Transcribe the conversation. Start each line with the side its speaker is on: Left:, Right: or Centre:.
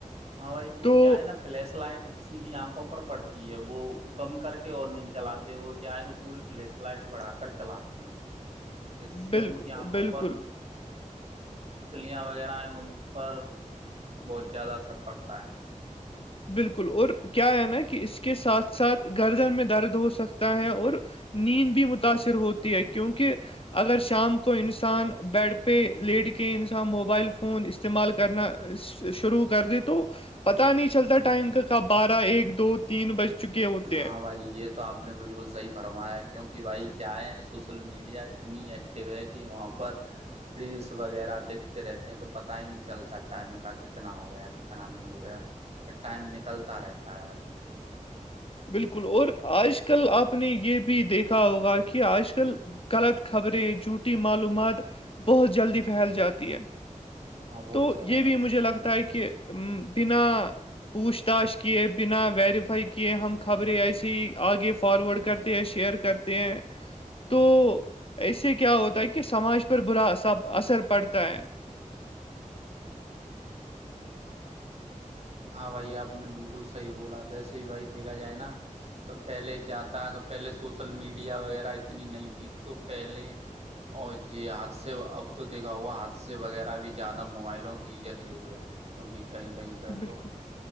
Right: ہاں بھائی وہ
Left: تو
Right: کیا ہے نا پلیس لائٹ سیدھی آنکھوں پر پڑتی ہے وہ کم کر کے اور نہیں چلاتے وہ کیا آئے گ وہ پوری پلیس فلائٹ بڑا کر چلاتے ہیں اس سے
Left: بالکل
Right: ان کی آنکھوں
Left: بالکل
Right: پر پتلیاں وغیرہ ہیں ان پر بہت زیادہ اثر پڑتا ہے
Left: بالکل اور کیا ہے نا کہ اس کے ساتھ ساتھ گردن میں درد ہو سکتا ہے اور نیند بھی متاثر ہوتی ہے کیونکہ اگر شام کو انسان بیڈ پہ لیٹ کے انسان موبائل فون استعمال کرنا شروع کر د تو پتا نہیں چلتا ٹائم کا کب بارہ ایک دو تین بج چکے ہوتے
Right: ہاں
Left: ہیں
Right: بھائی یہ تو آپ نے بالکل صحیح فرمایا کیوںکہ بھائی کیا ہے سوشل میڈیا اتنی ایک ہے کہ وہاں پر ریلس وغیرہ دیکھتے رہتے ہیں تو پتاہ ہی نہیں چلتا ٹائم کا کتنا ہو گیا کتنا نہیں ہو گیا اور ٹائم نکلتا رہتا ہے بھائی
Left: بالکل اور آج کل آپ نے یہ بھی دیکھا ہوگا کہ آج کل غلط خبریں جھوٹی معلومات بہت جلدی پھیل جاتی ہے
Right: ہاں وہ
Left: تو
Right: ہے
Left: یہ
Right: بھائی
Left: بھی مجھے لگتا ہے کہ بنا پوچھ تاچھ کیے بنا ویریفائی کیے ہم خبریں ایسے ہی آگے فارورڈ کرتے ہیں شیئر کرتے ہیں تو اس سے کیا ہوتا ہے کہ کہ سماج پر براا اثر پڑتا ہے
Right: ہاں بھائی آپ نے بالکل صحیح بولا ویسے ہی بھائی دیکھا جائے نا تو پہلے کیا تھا ا کہ پہلے سوشل میڈیا وغیرہ اتنی نہیں تھی تو پہلے اور یہی حادثے اب تو دیکھا ہوگا حادثے وغیرہ بھی زیادہ موبائلوں کے ہی ذریعے ہو رہے ہیں کیونکہ کئی کیں پہ
Left: بالکل
Right: تو